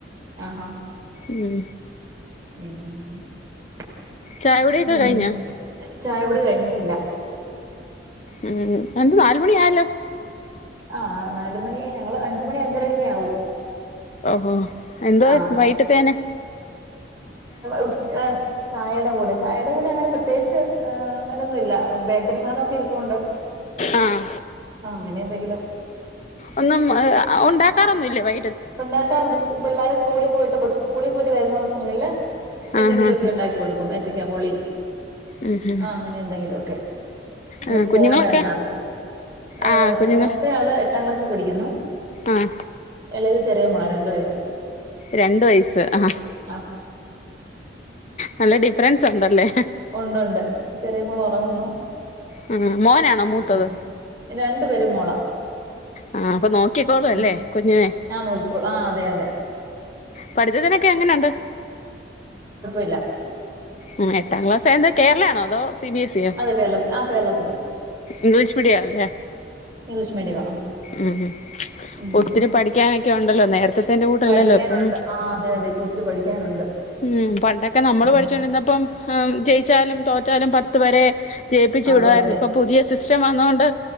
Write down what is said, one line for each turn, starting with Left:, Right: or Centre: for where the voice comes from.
Right: ആ ഹാ
Left: ഉം
Right: ഉം
Left: ചായകുടിയൊക്കെ
Right: ഉം
Left: കഴിഞ്ഞോ
Right: ചായ കുടി കഴിഞ്ഞ് ട്ടില്ല
Left: ഉം എന്ത് നാല് മണിയായല്ലോ
Right: ആ നാലുമണി ഞങ്ങള് അഞ്ചുമണി അഞ്ചരയൊക്കെ ആവും
Left: ഓഹോ എന്തോ
Right: ആഹ്
Left: വൈട്ടത്തേന്
Right: ഉച് ചായെടെ കൂടെ ചായെടെ കൂടെ അങ്ങനെ പ്രത്യേകിച്ച് അങ്ങനൊന്നുംല്ല ബേക്കറി സാധനം ഒക്കെ ഇരിപ്പുണ്ട്
Left: ആഹ്
Right: ആ അങ്ങനെ എന്തെങ്കിലും
Left: ഒന്നും ഉണ്ടാക്കാറൊന്നുല്ലേ വൈ
Right: ഉണ്ടാക്കാറുണ്ട് സ് പിള്ളേര് സ്കൂളി പോയിട്ട് കൊച്ച് കൂളി പോയിട്ട് വരുന്നൂസങ്ങൾല് എന്തെങ്കിലുവൊക്കെ
Left: ആഹ് ആഹ്
Right: ഉണ്ടാക്കി കൊടുക്കും എ ത്തക്ക ബോളി
Left: ഉം ഉം
Right: ആ അങ്ങനെ എന്തെങ്കിലും ഒക്കെ ഇന്നിപ്പോ
Left: ആഹ് കുഞ്ഞുങ്ങളൊക്കെ
Right: പോകണ്ടായിരുന്ന ആർക്കും ഏ
Left: ആഹ് കുഞ്ഞുങ്ങൾ
Right: മൂത്ത യാള് എട്ടാം ക്ലാസ്സിൽ പഠിക്കു ന്നു
Left: ആഹ്
Right: എളേത് ചെറിയ മോള രണ്ട് വയസ്സ്
Left: രണ്ട് വയസ്സ് ആ
Right: ആഹ്
Left: നല്ല ഡിഫറൻസ് ഉണ്ടല്ലേ
Right: ഉണ്ട് ഉണ്ട് ചെറിയ മോള് ഒറങ്ങുന്നു
Left: ആ മോനാണോ മൂത്തത്
Right: ഉം രണ്ടു പേര് മോള
Left: ആ അപ്പൊ നോക്കിക്കോളൂ
Right: ഉം
Left: അല്ലേ കുഞ്ഞിനെ
Right: ആ നോക്കിക്കോള ആ അതെ അതെ
Left: പഠിത്തത്തിനൊക്കെ എങ്ങനെണ്ട്
Right: ഇല്ല
Left: ആ എട്ടാം ക്ലാസ് ആയത് കേരള ആണോ അതോ സി ബി എസ് ഇ യോ
Right: അതെ കേരള ആഹ് കേരള സിലബസാ
Left: ഇംഗ്ലീഷ് മീഡിയാ ആല്ലേ
Right: ഇംഗ്ലീഷ് മീഡിയമാ ആഹ്
Left: ഉം ഹും
Right: ഉം
Left: ഒത്തിരി പഠിക്കാനൊക്കെ ഉണ്ടല്ലോ നേരത്തെത്തെ ന്റെ കൂട്ടല്ലല്ലോ
Right: പഠിക്കാനുണ്ട്.
Left: ഇപ്പം
Right: ആഹ് അതെ അതെ ഇപ്പൊ ഒത്തിരി പഠിക്കാനുണ്ട്.
Left: ഉം പണ്ടൊക്കെ നമ്മള്
Right: ഉം
Left: പഠിച്ചോണ്ടിരുന്നപ്പം ആ ജയിച്ചാലും തോറ്റാലും പത്ത് വരെ ജയിപ്പിച്ചു
Right: അതെ
Left: വിടുവായിരുന്നു
Right: അതെ
Left: ഇപ്പൊ പുതിയ സിസ്റ്റം വന്നൊണ്ട്